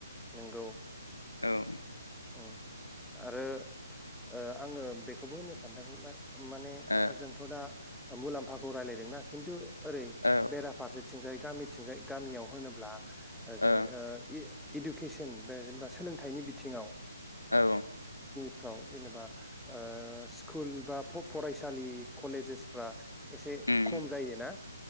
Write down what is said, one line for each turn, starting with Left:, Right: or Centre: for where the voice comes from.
Centre: नोंगौ
Left: औ
Centre: ओम आरो ओ आङो बेखौबो होनो सानदोंमोनलाय माने
Left: औ
Centre: जोंथ' दा मुलाम्फाखौ रायलायदोंना खिन्थु ओरै
Left: औ
Centre: बेराफारसे थिंजाय गामिथिंजाय गामियाव होनोब्ला ओ
Left: औ
Centre: जेन ओ इ इडुकेसन बा सोलोंथाइनि बिथिङाव
Left: औ
Centre: फाव जेनेबा ओ स्कुल बा फ -फरायसालि कलेजेस फ्रा एसे
Left: उम
Centre: खम जायो ना